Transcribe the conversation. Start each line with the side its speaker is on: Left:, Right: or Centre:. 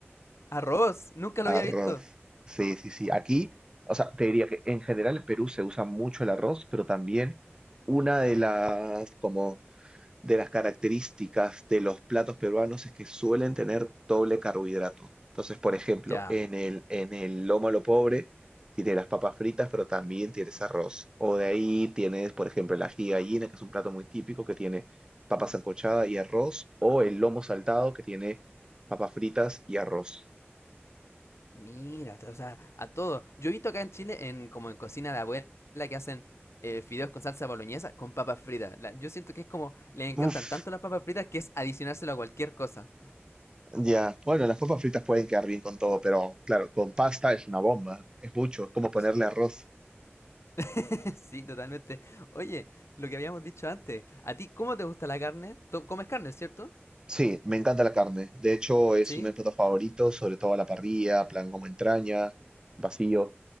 Left: Arroz, nunca lo
Right: Arroz.
Left: había visto.
Right: Sí, sí, sí. Aquí, o sea, te diría que en general en Perú se usa mucho el arroz, pero también una de las como de las características de los platos peruanos es que suelen tener doble carbohidrato. Entonces, por ejemplo,
Left: Ya.
Right: en el, en el lomo a lo pobre tiene las papas fritas, pero también tienes arroz. O de ahí tienes, por ejemplo, el ají de gallina, que es un plato muy típico que tiene papa sancochada y arroz, o el lomo saltado que tiene papas fritas y arroz.
Left: Mira, o sea, a todo. Yo he visto acá en Chile, en como en cocina de abuela, que hacen eh, fideos con salsa boloñesa con papas fritas. La- yo siento que es como, les encantan
Right: Uf,
Left: tanto las papas fritas que es adicionárselo a cualquier cosa.
Right: ya. Bueno, las papas fritas pueden quedar bien con todo, pero claro, con pasta es una bomba, es mucho, es como ponerle
Left: S-
Right: arroz.
Left: <laughs> Sí, totalmente. Oye, lo que habíamos dicho antes, ¿a ti cómo te gusta la carne? Tú comes carne, ¿cierto?
Right: Sí, me encanta la carne. De hecho, es
Left: Sí,
Right: uno de mis platos favoritos, sobre todo a la parrilla, plan como entraña, vacío.